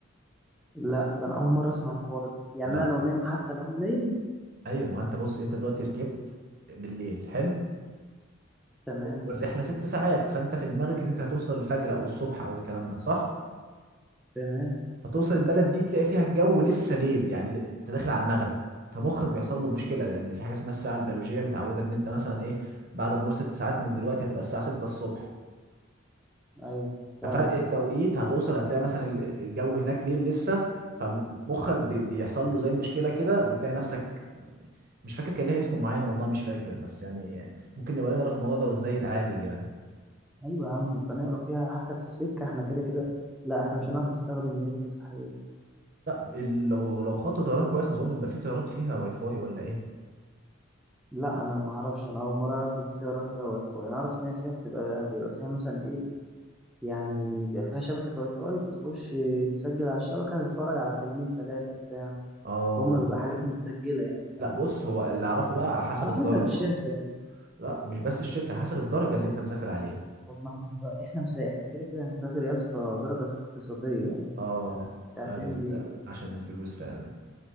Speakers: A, in the centre; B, on the right.
A: لا ده انا اول مرة اسمع الحوار ده يعني
B: لا
A: انا لو نايم حتى لو انا نايم
B: ايوه ما هو انت بص انت دلوقتي ركبت بالليل حلو
A: تمام
B: والرحله ست ساعات فانت في دماغك انك هتوصل الفجر او الصبح او الكلام ده صح
A: تمام
B: هتوصل البلد دي تلاقي فيها الجو لسه ليل يعني ل- انت داخل على المغرب فمخك بيحصل له مشكله لان في حاجه اسمها الساعه البيولوجيه متعوده ان انت مثلا ايه بعد مرور ست ساعات من دلوقتي هتبقى الساعه 6 الصبح
A: ايوه فاهمك
B: ففرق التوقيت
A: فاهمك.
B: هتوصل هتلاقي مثلا ال- الجو هناك ليل لسه فمخك بي- بيحصل له زي مشكله كده بتلاقي نفسك مش فاكر كان ليها اسم معين والله مش فاكر بس يعني ممكن نبقى نقرا في الموضوع ده وازاي يتعالج يعني
A: ايوه يا عم نبقى نقرا فيها حتى في السكه احنا كده كده لا احنا مش هنعرف نستخدم النت صحيح
B: لا ال- لو لو خط طيران كويس اظن يبقى في طيارات فيها واي فاي ولا ايه
A: لا انا ما اعرفش انا اول مره اعرف ان في تيارات فيها واي فاي انا اعرف ان هي فيها بتبقى بيبقى فيها مثلا ايه يعني بيبقى فيها شبكه واي فاي بتخش تسجل على الشبكه تتفرج على فيلمين ثلاثه بتاع
B: اه
A: هما بيبقى حاجات متسجله يعني فاهم
B: لا بص هو اللي اعرفه بقى على حسب
A: على
B: الدرجه
A: حسب الشركه يعني
B: لا مش بس الشركه على حسب الدرجه اللي انت مسافر عليها
A: طب ما احنا طب احنا مس... احنا كده كده هنسافر يا اسطى درجه اقتصاديه انت
B: اه
A: انت
B: آه،
A: هتعمل
B: انت
A: ايه
B: عشان الفلوس فعلا